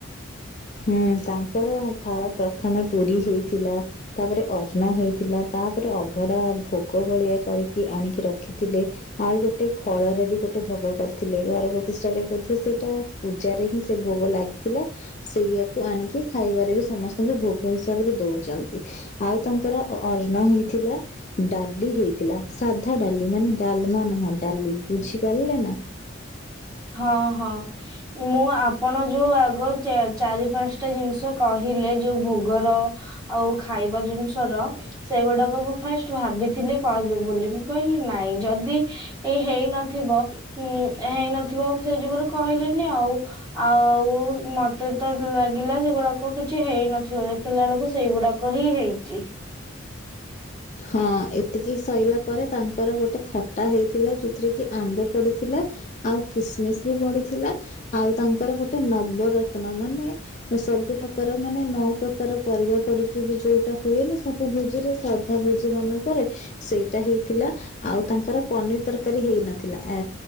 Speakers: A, on the left; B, on the right.
A: ହୁଁ ତାଙ୍କର ଫା ପ୍ରଥମେ ପୁରୀ ହେଇଥିଲା ତାପରେ ଅର୍ଣ୍ଣ ହେଇଥିଲା। ତା ତାପରେ ଅଭଡା ଭୋଗ ଭଳିଆ କରିକି ଆଣିକି ରଖିଥିଲେ ଆଉ ଗୋଟେ ଫଳରେ ବି ଗୋଟେ ଭୋଗ କରିଥିଲେ ଘର ପ୍ରତିଷ୍ଠରେ ମଧ୍ୟ ସେଇଟା ପୂଜାରେ ହିଁ ସେ ଭୋଗ ଲାଗିଥିଲା। ସେଇଆକୁ ଆଣିକି ଖାଇବାରେ ବି ସମସ୍ତଙ୍କୁ ଭୋଗ ହିସାବରେ ଦଉଛନ୍ତି। ଆଉ ତାଙ୍କର ଇନ ହେଇଥିଲା ଡାଲି ହେଇଥିଲା। ସାଧା ଡାଲି ମାନେ ଡାଲମା ନୁହଁ ଡାଲି ବୁଝିପାରିଲେ ନା?
B: ହଁ ହଁ ମୁଁ ଆପଣ ଯୋଉ ଆଗ ଚାରି ପାଞ୍ଚଟା ଜିନିଷ କହିଲେ ଯୋଉ ଭୋଗର ଆଉ ଖାଇବା ଜିନିଷ ର। ସେଗୁଡାକୁ ମୁ ଫାର୍ଷ୍ଟ ଭାବିଥିଲି କହିବି ବୋଲି ମୁ କହିଲି ନାଇ ଯଦି ଏ ହେ ହେଇ ନଥିବ ହୁଁ ହେଇ ନ ଥିବ ମୁ ସେଇଯୋଗୁରୁ କହିଲିିନି ଆଉ ଆଉ ମତେ ତ ଲାଗିଲା ସେଗୁଡ଼ାକ କି କିଛି ହେଇନଥିବ ଦେଖିଲା ବେଳକୁ ସେଇଗୁଡାକ ହିଁ ହେଇଚି।
A: <inaudible> ହଁ ଏତିକି ସରିଲା ପରେ ତାଙ୍କର ଗୋଟେ ଖଟା ହେଇଥିଲା ଯୋଉଥିରେ କି ଆମ୍ବ ପଡିଥିଲା। ଆଉ କିସମିସ ବି ପଡ଼ିଥିଲା ଆଉ ତାଙ୍କର ଗୋଟେ ନବରତ୍ନ ମାନେ। ସବୁ ପ୍ରକାର ମାନେ ନଅ ପ୍ରକାର ପରିବା ପଡ଼ିକି ବି ଯଉଟା ହୁଏନି ସବୁ ଭୋଜିରେ ସ ଭୋଜି ମାନଙ୍କରେ ସେଇଟା ହେଇଥିଲା ଆଉ ତାଙ୍କର ପନିର୍ ତରକାରୀ ହେଇନଥିଲା ଆ